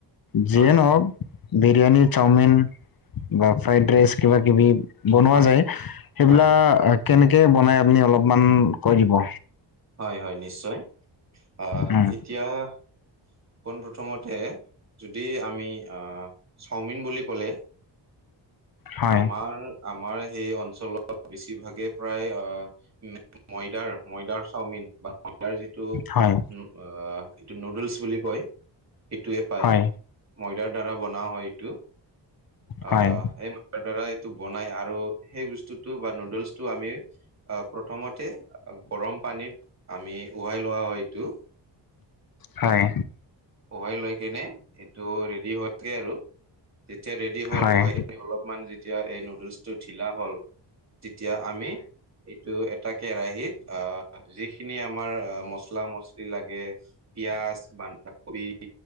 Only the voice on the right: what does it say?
হয়,
হয়,
হয়,
হয় হয় নিশ্চয় আহ
এতিয়া- পোন প্ৰথমতে যদি আমি চাওমিন বুলি ক'লে-
আমাৰ আমাৰ সেই অঞ্চলত বেছিভাগে প্ৰায় আহ- উ ময়দাৰ ময়দাৰ চাওমিন বা ময়দাৰ যিটো- এইটো
উম আহ এইটো নুডলছ বুলি কয়। এইটোৱে পায়
ময়দাৰ দ্বাৰা বনাও হয় এইটো আহ-
তাৰ দাৰা এইটো বনাই আৰু সেই বস্তুটো বা নুডলছটো আমি- প্ৰথমতে গৰম পানীত আমি উহাই লোৱা হয় এইটো।
উহাই লৈ কেনে এইটো ৰেডি হয়গে আৰু। যেতিয়া ৰেডি হ'ল
উাইখিনি অলপমান যেতিয়া এই নুডলছটো ঢিলা হ'ল- তেতিয়া আমি- এইটো এটা কেৰাহিত অ যিখিনি আমাৰ অ মচলা মছলি লাগে। পিয়াজ বন্ধাকবি